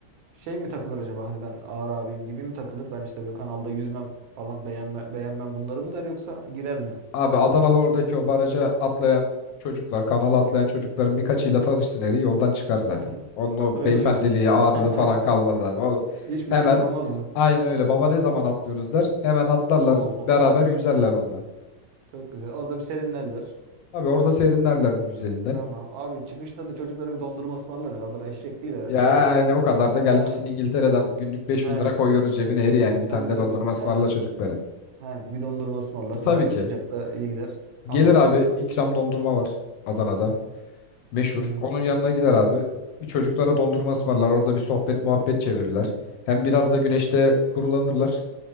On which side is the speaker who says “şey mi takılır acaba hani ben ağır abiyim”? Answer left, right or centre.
Right